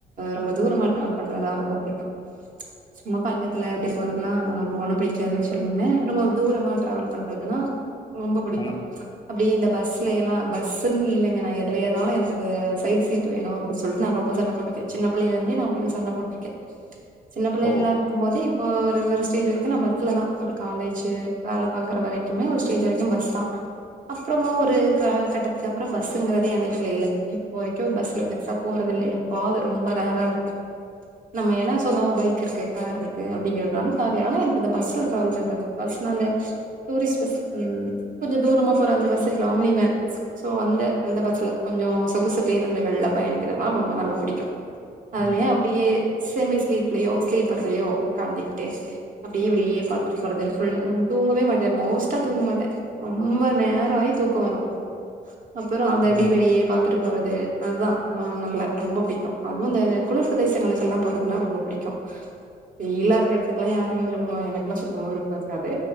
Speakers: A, on the right (about 55°); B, on the left (about 30°).
A: ரொம்ப தூரமா டிராவல் பண்றதுதா ரொம்ப புடிக்கும் சும்மா பக்கதுல எப்டி போறதுல்லா ரொம்ப ஒண்ணு புடிக்காதுன்னு சொல்லீங்கன்ன ரொம்ப தூரமா டிராவல் பண்றதுன்னா ரொம்ப புடிக்கும்
B: ம்
A: அப்டியே இந்த பஸ் ல்ல எல்லா பஸ்ன்னு இல்லங் ங்க நா எதுலயேருனாலு எனக்கு சைட் சீ்ட் வேணு அப்புடி சொல்லிட்டு நா ரொம்ப சண்டை போட்ருக்கே சின்ன புள்ளையில இருந்தே நா போய் சண்டை போட்ருக்கே சின்ன புள்ளைகள்லா
B: ஓ
A: இருக்கும் போதே ஒ ஒரு ஒரு ஸ்டேஜ் வரைக்கு நா பஸ்லதா ஒரு காலேஜு வேல பாக்கற வரைக்குமே ஒரு ஸ்டேஜ் வரைக்கு பஸ்தா அப்றமா ஒரு க கட்டத்துக்கு அப்பறோ பஸ்ங்குறதே எ லைஃப்ல இல்ல இப்ப வரைக்கு பஸ்ல பெருசா போறது இல்ல எப்பவாது ரொம்ப ரேரா இருக்கு நம்ம ஏன்னா சொந்தமா பைக் இருக்கு கார் இருக்கு அப்டிங்கிறதுனால கார்ல ஆனா எனக்கு இந்த பஸ்ல டிராவல் பண்றது பஸ்னா அந்த டூரிஸ்ட் பஸ் ம் கொஞ்சோ தூரமா போற அந்த பஸ் இருக்குல்ல ஆம்னி ஃவேன் சோ இந்த அந்த பஸ்ல கொஞ்சோ சொகுசு பேருந்துகள்ல பயணிக்கிறதுதா ரொம்ப நல்லா புடிக்கும் அதுலயே
B: ம்
A: அப்டியே செமி ஸ்லீப்லயோ ஸ்லீப்பர்லயோ ஒக்காண்டிக்கிட்டு அப்டியே வெளியே பாத்துட்டு போறது ஃபுல்லா ரூம்மு தூங்கவே மாட்டே மோஸ்ட்டா தூங்க மாட்டே ரொம்ப நேரோ ஆயி தூக்கோ வரு அப்பறோ அந்த இப்டி
B: ம்
A: வெளியயே பாத்துட்டு போறது அதுதா ஆ நல்லா ரொம்ப பிடி அதுவு அந்த குளிர் பிரதேசங்களுகெல்லா போறதுன்னா ரொம்ப புடிக்கு வெயிலா இருக்க எடத்துக்குல்லா யாருங்க விரும்புவா எனக்குல்லா சுத்தமா விருப்போ இருக்காது